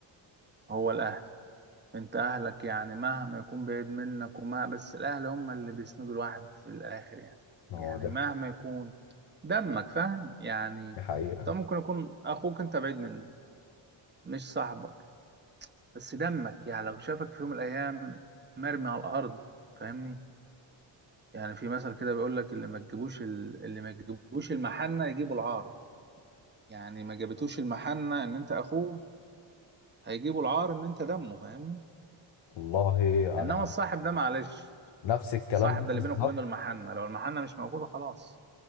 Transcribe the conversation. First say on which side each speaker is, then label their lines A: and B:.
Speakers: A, on the right; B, on the left.
A: هو الأهل انت اهلك يعني مهما يكون بعيد منك وما بس الاهل هم اللي بيسندوا الواحد في الاخر يعني
B: ما
A: يعني
B: هو ده
A: مهما يكون دمك فاهم يعني
B: دي حقيقة
A: طب ممكن يكون اخوك انت بعيد منه مش صاحبك بس دمك يعني لو شافك في يوم من الايام مرمي على الارض فاهمني يعني في مثل كده بيقول لك اللي ما تجيبوش ال- اللي ما تجيبوش المحنة يجيبوا العار يعني ما جابتوش المحنة ان انت اخوه هيجيبوا العار ان انت دمه فاهمني
B: والله
A: انما
B: انا
A: الصاحب ده معلش
B: نفس الكلام
A: صاحب
B: ده
A: ده اللي
B: بالظبط
A: بينك وبينه المحنة لو المحنة مش موجودة خلاص